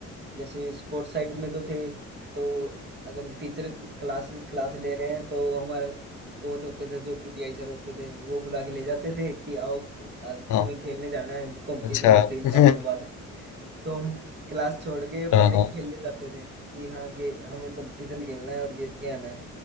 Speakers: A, on the right; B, on the left.
A: जैसे स्पोर्ट्स साइड में तो थे तो अगर टीचर क्लास क्लास ले रहे हैं तो हमारे कोच होते थे जो पीटीआई सर होते थे वो बुला के ले जाते थे कि आओ आज
B: हाँ
A: तुम्हें खेलने जाना है कंपटीशन
B: अच्छा
A: है तीन
B: <laughs>
A: चार दिन बाद तो हम क्लास छोड़ के
B: हाँ
A: पहले
B: हाँ
A: खेलने जाते थे कि हाँ गे हमें कंपटीशन खेलना है और जीत के आना है